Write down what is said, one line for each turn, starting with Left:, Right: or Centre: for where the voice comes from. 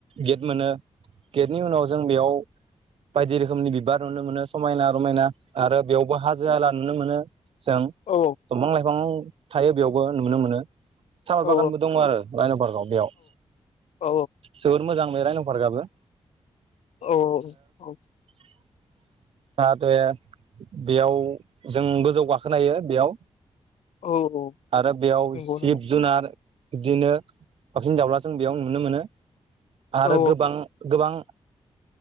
Right: गेट मोनो गेटनि उनाव जों बेयाव बायदि रोखोमनि बिबार नुनो मोनो समायना रमायना आरो बेयावबो हाजो हाला नुनो मोनो। जों
Left: औ
Right: दंफां लाइफां थायो बेयावबो नुनो मोनो। सापात
Left: औ
Right: बागानबो दङ आरो रायन' पार्कआव बेयाव
Left: औ
Right: जोबोद मोजां नो रायन' पार्कगाबो
Left: औ औ औ
Right: <inaudible> जाहाथे बेयाव जोंबो जौ गाखोनो हायो बेयाव
Left: औ औ
Right: आरो बेयाव
Left: नंगौ
Right: जिब
Left: नंगौ
Right: जुनार इदिनो दावसिन दाउला जों बेयाव नुनो मोनो। आरो
Left: औ
Right: गोबां गोबां